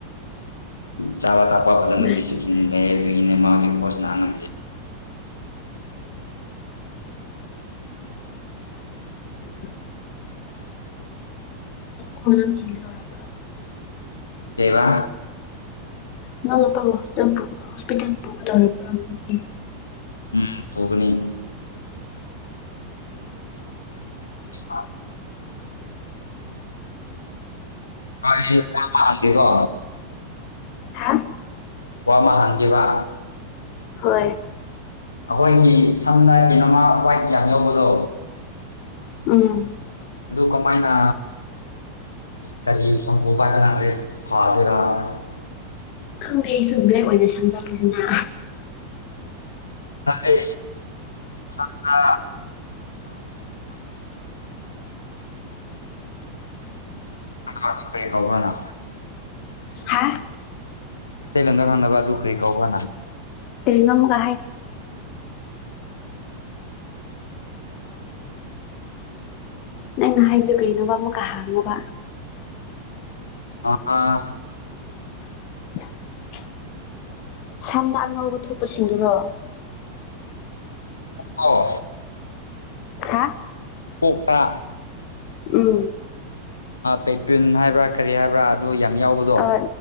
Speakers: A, on the left; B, on the left.
A: ꯆꯥꯕ ꯊꯛꯄ ꯐꯖꯅ
B: ꯃꯥꯅꯤ
A: ꯗꯤꯁꯤꯄ꯭ꯂꯤꯟ
B: ꯃꯥꯅꯤ
A: ꯂꯩꯌꯦ
B: ꯃꯥꯅꯤ
A: ꯑꯗꯨꯏꯅꯦ ꯃꯥ ꯍꯧꯖꯤꯛꯣ ꯅꯥꯅꯦ
B: ꯎꯝ ꯐ ꯆꯤꯡ ꯇꯔꯕ
A: ꯀ ꯋꯥ
B: ꯅꯄ ꯍꯄꯤ ꯍꯣꯁꯄꯤꯇꯥꯜ ꯄꯨꯒꯗꯧꯔ ꯄ꯭ꯔꯣꯗꯤ
A: ꯎꯝ ꯐꯨꯕꯅꯤ ꯑꯥ ꯀ ꯍꯥꯇꯀꯣ
B: ꯍꯥ
A: ꯋꯥꯃ ꯍꯟꯗꯤ ꯋꯥ
B: ꯍꯣꯏ
A: ꯑꯩꯈꯣꯏꯒꯤ ꯁꯝꯅ ꯀꯩꯅꯣꯃ ꯋꯥꯏꯠ ꯌꯥꯝ ꯌꯧꯕꯗꯣ
B: ꯎꯝ
A: ꯑꯗꯨ ꯀꯃꯥꯏꯅ ꯀꯔꯤ ꯁꯪꯒꯨ ꯄꯥꯏꯕꯅ ꯍꯦꯛ ꯐꯥꯗꯣꯏꯔꯥ <unintelligible>
B: ꯈꯪꯗꯦ ꯑꯩꯁꯨ ꯕ꯭ꯂꯦꯛ ꯑꯣꯏꯅ ꯁꯪꯖꯂꯗꯅ
A: ꯅꯗꯤ ꯆꯥꯟꯗ ꯑ ꯐꯔꯤ ꯈꯥꯎ꯭ꯔꯅ
B: ꯍꯥ
A: ꯇ ꯂꯪꯒꯥ ꯈꯪꯅꯕ ꯨꯈ꯭ꯔꯤ ꯀꯥꯎꯕꯅꯪ
B: ꯇꯔꯤꯉꯝꯒꯣ ꯅꯪꯩꯅ ꯍꯥꯏꯕꯗꯨꯣ ꯀꯔꯤꯅꯣꯕ ꯑꯃꯨꯛꯀ ꯍꯥꯡꯉꯣꯕ
A: ꯑꯥ
B: <unintelligible> ꯁꯝꯅ ꯑꯉꯧꯕ ꯊꯣꯛꯄꯁꯤꯡꯗꯨꯔꯣ
A: ꯑ
B: ꯍꯥ
A: ꯀꯣꯛꯇꯥ
B: ꯎꯝ
A: ꯄꯦꯄꯤꯟ ꯍꯥꯏꯕ꯭ꯔꯥ ꯀꯔꯤ ꯍꯥꯏꯕ꯭ꯔꯥ ꯑꯗꯨ ꯌꯥꯝ ꯌꯥꯎꯕꯗꯣ
B: ꯑ